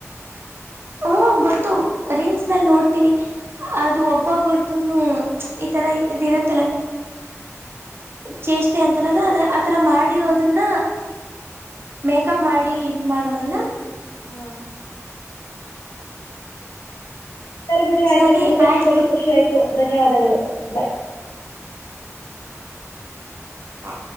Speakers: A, on the right; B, on the left.
A: ಹ್ಮ ಗೊತ್ತು ರೀಲ್ಸ್ ನಲ್ಲಿ ನೋಡ್ತೀನಿ ಅದು ಒಬ್ಬೊಬ್ಬರದುನು ಈತರ ಇದ ಇರತ್ತಲ್ಲ ಚೇಷ್ಟೆ ಅಂತಾರಲ್ಲ ಅ ಆತರ ಮಾಡಿರೋದನ್ನ ಮೇಕಪ್ ಮಾಡಿ ಇದ್ ಮಾಡೋದಲ್ಲ
B: ಹಾ ಸರಿ ಬಿಿಡಿ ಆಯತು
A: ಸರಿ
B: ನಿಮ್ ಜೊತೆ
A: ಆಯ್ತು
B: ಮಾತಾಡಿ ಖುಷ ಆಯ್ತು ಧನ್ಯವಾದಗಳು ಬಾಯ್
A: ಹಾ